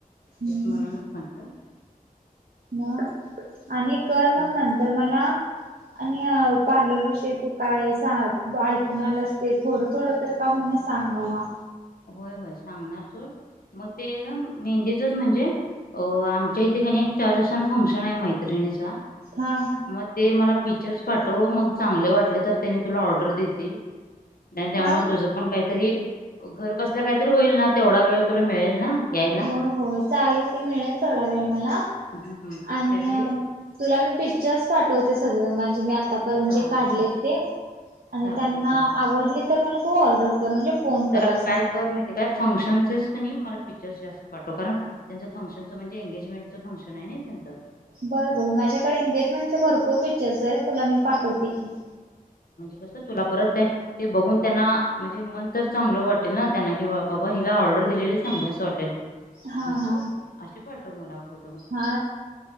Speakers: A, on the right; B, on the left.
A: हम्म
B: तेच म्हणून च
A: मग आणि कर मग
B: आणि
A: नंतर मला आणि पार्लर विषयी तू काय सा ऐकून आलास ते थोड थोड तर का हो ना सांग मला.
B: होय होय सांगणार सो मग ते मेहंदीचच म्हणजे अ आमच्या इथे <unintelligible> चार दिवसा फंक्शन आहे मैत्रिणीचा
A: हा
B: म ते मला फीचर्स पाठव मग चांगले वाटले तर त्याने तुला ऑर्डर देतील. आणि त्यामुळे
A: हा
B: तुझ पण काईतरी घर बसल्या काई तरी होईल ना तेवढा वेळ तुला मिळेल ना. यायला
A: हो हो चालेल की मिळेल थोडा वेळ मला.
B: हम्म, तिचं
A: आणि
B: काहीतरी
A: अ तुला मी पिक्चर्स पाठवते सगळे माझे मी आ आतापर्यंत
B: चालते
A: जे काढले ते आणि
B: चालते
A: त्यांना
B: चालते
A: आवडले तर मला तू ऑर्डर कर म्हणजे फोन करायला
B: जरा
A: सांग
B: काय कर नायित काय फंक्शनस का नायी मला पिक्चर्स जास्त पाठो कारण त्यांच फंक्शनच म्हणजे एंगेजमेंटच फंक्शन आहे ना त्यांच.
A: बर बर माझ्याकडे एंगेजमेंटचे भरपूर पिक्चर्स ये तुला मी पाठवते की
B: स तुला परत ते बघून त्यांना म्हणजे मन तर चांगल वाटेल ना त्यांना की बा हिला ऑर्डर ग वाटेल
A: हा
B: अस
A: हा
B: असे पाठव मला फो
A: हा